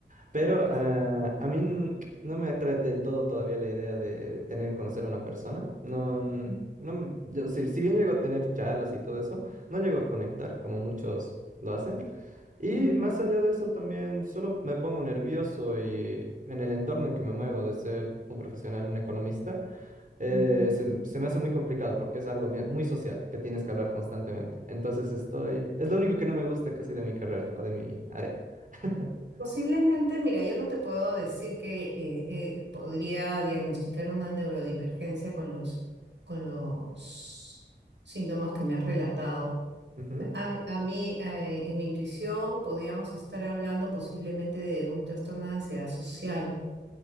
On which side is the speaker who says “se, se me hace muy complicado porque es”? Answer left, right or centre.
Right